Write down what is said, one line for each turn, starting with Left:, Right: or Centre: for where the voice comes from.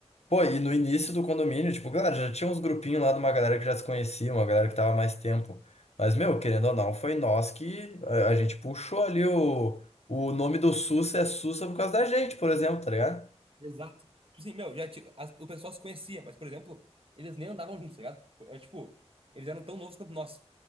Left: Pô, e no início do condomínio, tipo, cara, já tinha uns grupinhos lá de uma galera que já se conhecia, uma galera que tava há mais tempo. Mas, meu, querendo ou não, foi nós que a, a gente puxou ali o, o nome do Sussa é Sussa por causa da gente, por exemplo, tá ligado?
Right: Exato. Tipo assim, meu, já, ti- as- o pessoal se conhecia, mas, por exemplo, eles nem andavam juntos, tá ligado? É tipo, eles eram tão novos quanto nós.